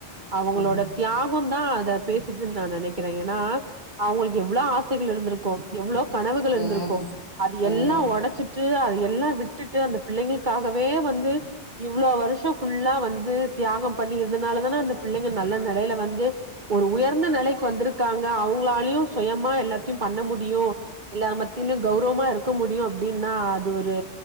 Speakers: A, on the right; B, on the left.
A: அவுங்களோட
B: ம்
A: தியாகம் தா அத பேசுதுன்னு நா நெனைகிற ஏன்னா அவுங்ளுக்கு எவ்ளோ ஆசைகள் இருந்திருக் இருக்கோ எவ்ளோ கனவுகள் இருந்துருக்கு
B: ம் ம்
A: அது
B: ம்
A: எல்லா உடச்சிட்டு அது எ எல்லா விட்டுட்டு அந்த பிள்ளைங்களுகாகவே வந்து இவ்ளோ வருஷோ ஃபுல்லா வந்து தியாகம் பண்ணி இருந்தனால தான அந்த பிள்ளைங்க நல்ல நெலையில வந்து ஒரு உயர்ந்த நெலைக்கு வந்திருக்காங்க அவங்ளாலையு சுயமா எல்லாத்தையு பண்ண முடியும் எல்லா மத்தியிலும் கௌரமா இருக்க முடியும் அப்டி அப்டின்னா அது ஒரு